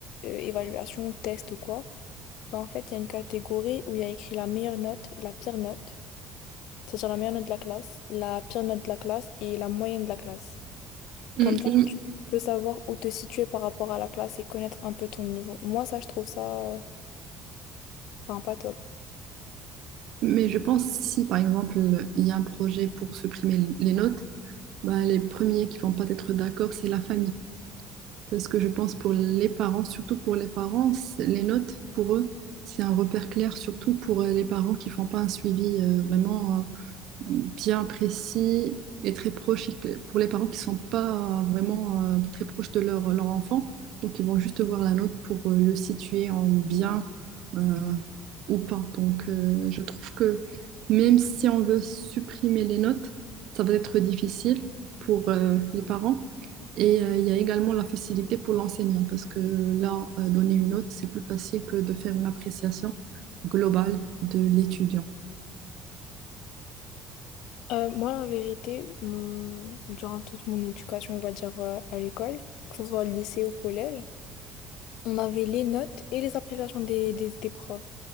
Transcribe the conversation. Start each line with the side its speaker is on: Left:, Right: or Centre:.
Left: euh, évaluation, test ou quoi, ben, en fait, il y a une catégorie où il y a écrit la meilleure note, la pire note. C'est-à-dire la meilleure note de la classe, la pire note de la classe et la moyenne de la classe.
Right: Mm,
Left: Comme ça,
Right: oui,
Left: tu peux savoir où te situer par rapport à la classe et connaître un peu ton niveau. Moi, ça, je trouve ça, euh, enfin, pas top.
Right: mais je pense si, par exemple, il y a un projet pour supprimer l- les notes, bah, les premiers qui vont pas être d'accord, c'est la famille. Parce que je pense pour les parents, surtout pour les parents, c'est- les notes, pour eux, c'est un repère clair, surtout pour euh, les parents qui font pas un suivi euh, vraiment euh, bien précis et très proche pour les parents qui ne sont pas euh, vraiment euh, très proches de leur, leur enfant. Donc, ils vont juste voir la note pour euh, le situer en bien euh, ou pas. Donc, euh, je trouve que même si on veut supprimer les notes, ça va être difficile pour euh, les parents. Et euh, il y a également la facilité pour l'enseignant parce que là, euh, donner une note, c'est plus facile que de faire une appréciation globale de l'étudiant.
Left: Euh, moi, la vérité, mon... durant toute mon éducation, on va dire, euh, à l'école, que ce soit au lycée ou au collège, on avait les notes et les appréciations des, des, des profs.